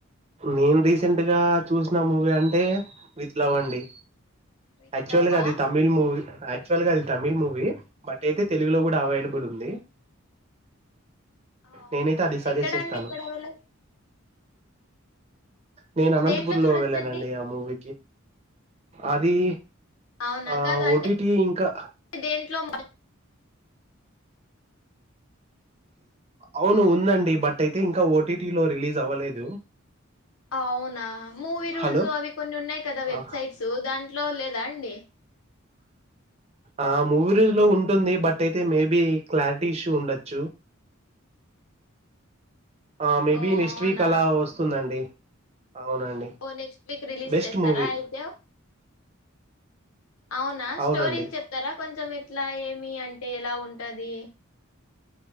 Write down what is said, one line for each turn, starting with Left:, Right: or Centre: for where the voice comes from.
Right: నేను రీసెంట్ గా చూసిన మూవీ అంటే విత్ లవ్ అండి
Left: విట్లావా
Right: యాక్చువల్ గా అది తమిళ్ మూవీ యాక్చువల్ గా తమిళ్ మూవీ బట్ అయితే తెలుగులో కూడా అవైలబుల్ ఉంది
Left: అవునా
Right: నేనైతే అది సజెస్ట్
Left: ఎక్కడ
Right: చేస్తాను
Left: అండి ఎక్కడ వెళ్ళ
Right: నేను అనంతపూర్
Left: దేంట్లో చూడొచ్చండి
Right: లో వెళ్ళానండి ఆ మూవీకి అది
Left: అవునా
Right: ఆ
Left: కాదు అంటే
Right: ఓ టి టి ఇంకా
Left: దేంట్లో
Right: అవును ఉందండి బట్ అయితే ఇంకా ఓ టీ టీ లో రిలీజ్ అవ్వలేదు
Left: అవునా మూవీ రూల్స్
Right: హలో
Left: అవి కొన్ని ఉన్నాయి కదా వెబ్సైట్స్
Right: ఆ
Left: దాంట్లో లేదా అండి
Right: ఆ మూవీ రూజ్ లో ఉంటుంది బట్ అయితే మేబి క్లారిటీ ఇష్యూ ఉండొచ్చు ఆ మేబి
Left: ఓ
Right: నిస్ట్
Left: అవునా
Right: వీక్ అలా వస్తుందండి అవునండి
Left: ఓ నెక్స్ట్ వీక్ రిలీజ్
Right: బెస్ట్
Left: చేస్తారా
Right: మూవీ
Left: అయితే అవునా స్టోరీ
Right: అవునండి
Left: చెప్తారా కొంచెమ్ ఎట్ ట్లా ఏమి అంటే ఎలా ఉంట టది